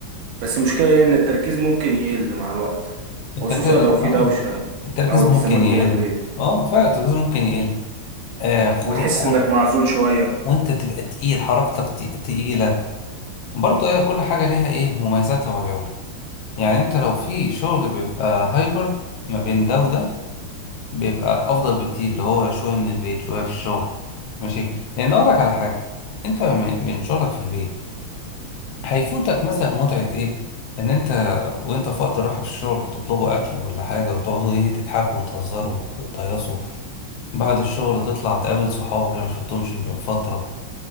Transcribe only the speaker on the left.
التركيز
اه
التركيز
ممكن يقل
اه فعلا التركيز ممكن يقل آه خرو...
خر...
وانت تبقى تقيل حركتك تق- تقيلة برضه ايه كل حاجة ليها ايه مميزاتها وعيوبها يعني انت لو في شغل بيبقى هايبرد ما بين ده وده بيبقى افضل بكتير اللي هو شوية من البيت شوية في الشغل ماشي لان اقول لك على حاجة انت م- من شغلك في البيت هيفوتك مثلا متعة ايه ان انت وانت في وقت الراحة في الشغل تطلبوا اكل ولا حاجة وتقعدوا ايه تضحكوا وتهزروا وتهيصوا بعد الشغل تطلع تقابل صحابك اللي ما شفتهمش من فترة